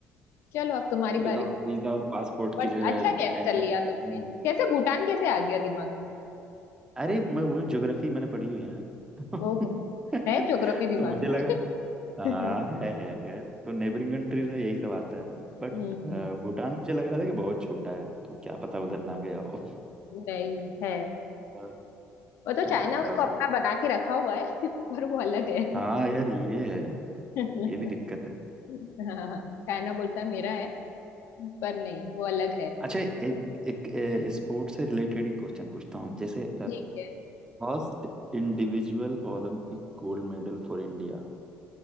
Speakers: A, on the left (about 70°); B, on the right (about 20°).
A: चलो अब तुम्हारी
B: विदाउट
A: बारी
B: वीजा और पासपोर्ट
A: बट
B: के जो है
A: अच्छा गैस
B: इंटर
A: कर लिया
B: हम्म।
A: तुमने कैसे भूटान कैसे आ गया दिमाग
B: अरे वो वो ज्योग्राफी मैंने पढ़ी हुई है <laughs>
A: ओहो
B: ना
A: है ज्योग्राफी दिमाग
B: तो मुझे लगा
A: में
B: हाँ
A: <laughs>
B: है है है तो नेबरिंग कंट्रीज में यही सब आता है बट
A: हम्म,
B: भूटान मुझे लग रहा था कि बहुत छोटा है तो क्या पता उधर ना गया हो
A: नहीं है
B: हाँ, <laughs>
A: वो तो
B: हो
A: चाइना
B: सकता
A: उसको
B: है हो सकता
A: अपना बना के रखा हुआ है <laughs> पर वो अलग है
B: है हाँ यार ये है
A: <laughs>
B: ये भी दिक्कत है
A: हाँ चाइना बोलता है मेरा है पर नहीं वो अलग है
B: अच्छा एक एक स्पोर्ट्स से रिलेटेड ही क्वेश्चन पूछता हूँ जैसे
A: ठीक है
B: first individual Olympic gold medal for India